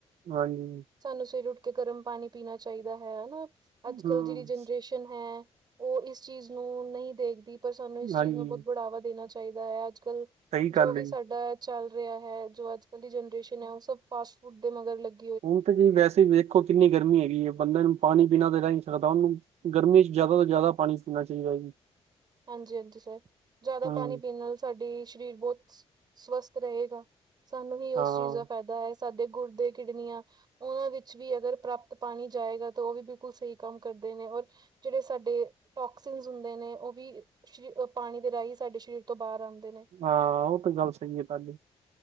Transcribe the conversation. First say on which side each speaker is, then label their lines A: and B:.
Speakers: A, on the right; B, on the right.
A: ਹਾਂਜੀ।
B: ਸਾਨੂੰ ਸਵੇਰੇ ਉੱਠ ਕੇ ਗਰਮ ਪਾਣੀ ਪੀਣਾ ਚਾਈਦਾ ਹੈ, ਹਨਾਂ। ਅੱਜ-ਕਲ
A: ਹਮ
B: ਜੇੜੀ ਜਨਰੇਸ਼ ਨ ਹੈ ਉਹ ਇਸ ਚੀਜ਼ ਨੂੰ ਨਹੀਂ ਦੇਖਦੀ ਪਰ ਸਾਨੂੰ ਇਸ
A: ਹਾਂਜੀ
B: ਚੀਜ਼ ਨੂੰ ਬਤ ਬੜਾਵਾ ਦੇਣਾ ਚਾਈ ਚਾਈਦਾ ਐ ਅੱਜ-ਕਲ
A: ਸਹੀ
B: ਜੋ
A: ਗੱਲ
B: ਵੀ
A: ਹੈ
B: ਸਾਡਾ
A: ਜੀ
B: ਚੱਲ ਰਿਹਾ ਹੈ, ਜੋ ਅੱਜ-ਕਲ ਦੀ ਜਨਰੇਸ਼ਨ ਹੈ ਉਹ ਸਭ ਫਾਸਟ ਫੂਡ ਦੇ ਮਗਰ ਲੱਗ
A: ਹੁਣ ਤਾਂ ਜੀ ਵੈਸੇ ਵੀ ਵੇਖੋ ਕਿੰਨੀ ਗਰਮੀ ਹੈਗੀ ਏ, ਬੰਦੇ ਨੂੰ ਪਾਣੀ ਬਿਨਾਂ ਤੇ ਰੈ ਈ ਨੀ ਸਕਦਾ। ਓਨੂੰ ਗਰਮੀ ਚ ਜ਼ਿਆਦਾ ਤੋਂ ਜ਼ਿਆਦਾ ਪਾਣੀ ਪੀਣਾ ਚਾਈਦਾ ਜੀ।
B: ਹਾਂਜੀ-ਹਾਂਜੀ ਸਰ, ਜ਼ਿਆਦਾ
A: ਹਮ
B: ਪਾਣੀ ਪੀਣ ਨਾਲ ਸਾਡੀ ਸ਼ਰੀਰ ਬਹੁਤ ਸ ਸਵਸਥ ਰਹੇਗਾ। ਸਾਨੂੰ ਵੀ ਉਸ
A: ਹਾਂ
B: ਚੀਜ਼ ਦਾ ਫੈਦਾ ਹੈ ਸਾਡੇ ਗੁਰਦੇ, ਕਿਡਨੀਆਂ ਓਨਾਂ ਵਿੱਚ ਵੀ ਅਗਰ ਪ੍ਰਾਪਤ ਪਾਣੀ ਜਾਏਗਾ ਤਾਂ ਓ ਵੀ ਬਿਲਕੁਲ ਸਈ ਕੰਮ ਕਰਦੇ ਨੇ ਔਰ ਜੇੜੇ ਸਾਡੇ ਟੋਕਸਿਨਸ ਹੁੰਦੇ ਨੇ ਓ ਵੀ ਸ਼ਰੀ ਪਾਣੀ ਦੇ ਰਾਹੀਂ ਸਾਡੇ ਸਰੀਰ ਤੋਂ ਬਾਹਰ ਆਂਦੇ ਨੇ।
A: ਹਾਂ, ਓ ਤੇ ਗੱਲ ਸਈ ਐ ਤਾਡੀ।